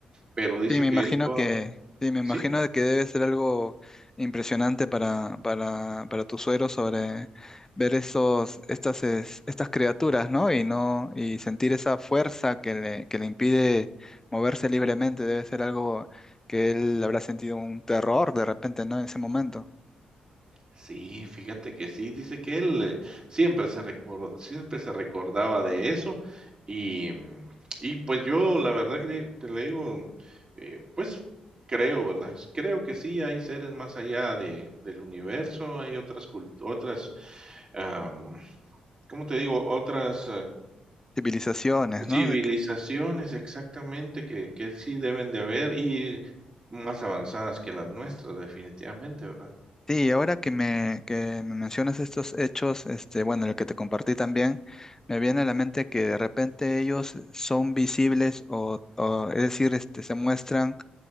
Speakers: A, on the right (about 30°); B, on the left (about 20°).
A: Pero dice
B: Sí, me
A: que
B: imagino
A: él toda,
B: que, sí, me imagino
A: ¿sí?
B: de que debe ser algo impresionante para, para, para tu suegro sobre ver esos, estas, es- estas criaturas, ¿no? Y no, y sentir esa fuerza que le, que le impide moverse libremente. Debe ser algo que él habrá sentido un terror de repente, ¿no? En ese momento.
A: Sí, fíjate que sí, dice que él, eh, siempre se recor siempre se recordaba de eso y, mm, y pues yo la verdad que di te le digo, eh, pues creo, ¿verdad? Pues Creo que sí hay seres más allá de del universo, hay otras culturas, otras, am, ¿cómo te digo? Otras
B: Civilizaciones,
A: Civilizaciones,
B: ¿no?
A: exactamente, que que sí deben de haber y más avanzadas que las nuestras, definitivamente, ¿verdad?
B: Sí, ahora que me, que me mencionas estos hechos, este, bueno, el que te compartí también, me viene a la mente que de repente ellos son visibles o, o, es decir, este, se muestran